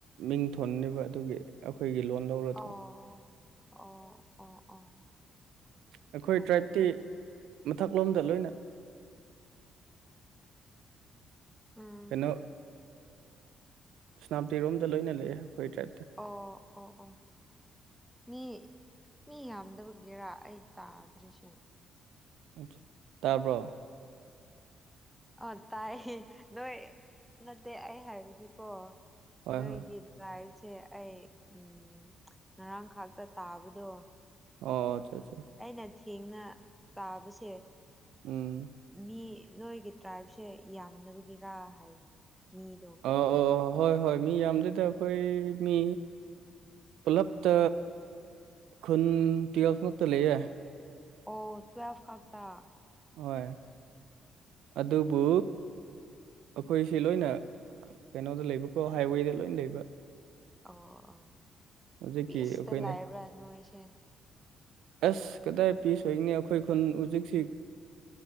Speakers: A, on the right; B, in the centre.
A: ꯃꯤꯡ ꯊꯣꯟꯅꯦꯕ ꯑꯗꯨꯒꯤ ꯑꯩꯈꯣꯏꯒꯤ ꯂꯣꯟ ꯂꯧꯔ
B: ꯑꯣ ꯑꯣ ꯑꯣ ꯑꯣ
A: ꯑꯩꯈꯣꯏ
B: ꯐꯔꯦ
A: ꯇ꯭ꯔꯥꯏꯞꯇꯤ
B: ꯐꯔꯦ
A: ꯃꯊꯛꯂꯣꯝꯗ ꯂꯣꯏꯅ
B: ꯎꯝ
A: ꯀꯩꯅꯣ ꯁꯅꯥꯞꯇꯤꯔꯣꯝꯗ ꯂꯣꯏꯅ ꯂꯩꯌꯦ ꯑꯩꯈꯣꯏ ꯇ꯭ꯔꯥꯏꯞꯇ
B: ꯑꯣ
A: ꯑ
B: ꯑꯣ ꯑꯣ ꯃꯤ ꯃꯤ ꯌꯥꯝꯗꯕꯒꯤꯦꯔꯥ ꯑꯩ ꯇꯥꯗ꯭ꯔꯤꯁꯦ
A: ꯑ ꯇꯥꯔꯕ
B: ꯑ ꯇꯥꯏ ꯅꯣꯏ ꯅꯠꯇꯦ ꯑꯩ ꯍꯥꯏꯕꯗꯤꯀꯣ
A: ꯍꯣꯏ
B: ꯅꯣꯏꯒꯤꯗ꯭ꯔꯥ
A: ꯍꯣꯏ
B: ꯁꯦ ꯑꯩ ꯎ ꯉꯔꯥꯡꯈꯥꯛꯇ ꯇꯥꯕꯗꯣ
A: ꯑꯣ ꯑꯆꯥ ꯑꯆꯥ
B: ꯑꯩꯅ ꯊꯦꯡꯅ ꯇꯥꯕꯁꯦ
A: ꯎꯝ
B: ꯃꯤ ꯅꯣꯏꯒꯤ ꯇ꯭ꯔꯥꯏꯕꯁꯦ ꯌꯥꯝꯅꯕꯒꯤꯔꯥ ꯍꯥꯏꯕꯅꯦ ꯃꯤꯗꯣ
A: ꯑ ꯑ ꯍꯣꯏ ꯍꯣꯏ ꯃꯤ ꯌꯥꯝꯗꯗ ꯑꯩꯈꯣꯏ ꯃꯤ ꯄꯨꯂꯞꯇ ꯈꯨꯟꯇꯤꯔꯁꯃꯛꯇ ꯂꯩꯦ
B: ꯑꯣ ꯇꯨꯋꯐ ꯈꯥꯛꯇꯥ
A: ꯍꯣꯏ ꯑꯗꯨꯕꯨ
B: ꯎꯝ
A: ꯑꯩꯈꯣꯏꯁꯤ ꯂꯣꯏꯅ ꯀꯩꯅꯣꯗ ꯂꯩꯕꯀꯣ ꯍꯥꯏꯋꯦꯗ ꯂꯣꯏꯅ ꯂꯩꯕ
B: ꯑꯣ ꯑꯣ
A: ꯍꯧꯖꯤꯛꯀꯤ
B: ꯄꯤꯁꯇ
A: ꯑꯩꯈꯣꯏꯅ
B: ꯂꯥꯛꯕ꯭ꯔꯥ ꯅꯣꯏꯁꯦ
A: ꯑꯁ ꯀꯗꯥꯏ ꯄꯤꯤꯁꯣꯏꯒꯅꯤ ꯑꯩꯈꯣꯏ ꯈꯨꯟ ꯍꯧꯖꯤꯛꯁꯤ